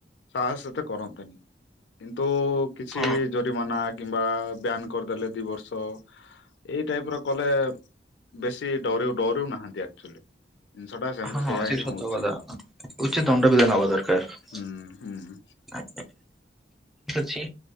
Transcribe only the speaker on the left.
ସାହସତ କରନ୍ତନି କିନ୍ତୁ କିଛି।
ଜରିମାନା କିମ୍ବା ବ୍ୟାନ କରିଦେଲେ ଦି ବର୍ଷ। ଏଇ ଟାଇପ ର କଲେ ବେଶୀ ଡ ଡରିଉ ନାହାନ୍ତି ଆକ ଚୁଆଲି। ଜିନିଷ ଟା ସେମିତି
ସେୟାଆ
ହିଁ
ହଉଛି।
ହୁଁ ହୁଁ।